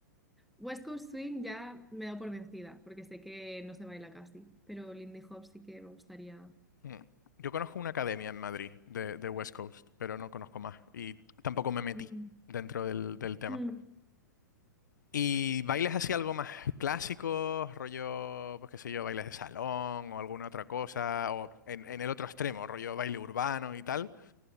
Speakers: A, in the centre; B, on the left.
A: West Coast Swing ya me da por vencida, porque sé que no se baila casi, pero Lindy Hop sí que me gustaría.
B: Mm. Yo conozco una academia en Madrid de, de West Coast, pero no conozco más y tampoco me metí
A: Mm.
B: dentro del, del tema.
A: Mm,
B: ¿Y bailes así algo más clásicos, rollo, pues qué sé yo, bailes de salón o alguna otra cosa, o en, en el otro extremo, rollo baile urbano y tal?